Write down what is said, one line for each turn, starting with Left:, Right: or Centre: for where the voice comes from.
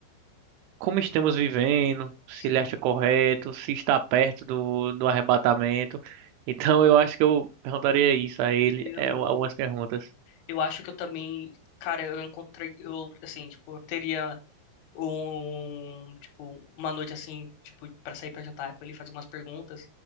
Right: como estamos vivendo, se
Left: Sim,
Right: ele acha correto, se está perto do, do arrebatamento. <laughs> Então eu acho que eu perguntaria isso a ele,
Left: eu,
Right: é, algumas perguntas.
Left: eu acho que eu também, cara, eu encontrei, eu, assim, tipo, eu teria um, tipo, uma noite, assim, tipo, para sair pra jantar com ele, e fazer umas perguntas,